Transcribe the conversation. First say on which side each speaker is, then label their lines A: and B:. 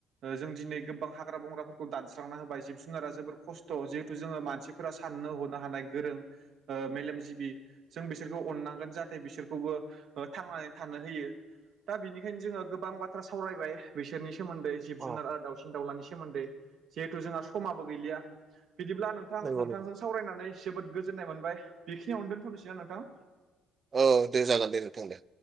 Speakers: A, on the right; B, on the right.
A: ओ जों दिनै गोबां हाग्रा बंग्राफोरखौ दानस्रांना होबाय जिब जुनारा जोबोर खस्थ' जिहेथु जोङो मानसिफोरा साननो हनो हानाय गोरों ओ मेलेमजिबि जों बिसोरखौ अननांगोन जाहाथे बिसोरखौबो थांनानै थानो होयो। दा बिनिखायनो जोङो गोबां बाथ्रा सावरायबाय बिसोरनि सोमोन्दै जिब
B: औ
A: जुनार आरो दाउसिन दाउलानि सोमोन्दै जिहेथु जोंहा समाबो गैलिया बिदिब्ला नोंथां
B: नंगौ
A: नोंथांजों
B: नंगौ
A: सावरायनानै जोबोद गोजोन्नाय मोनबाय बिखिनियावनो दोन्थ'नोसै ना नोंथां?
B: औ दे जागोन दे नोंथां दे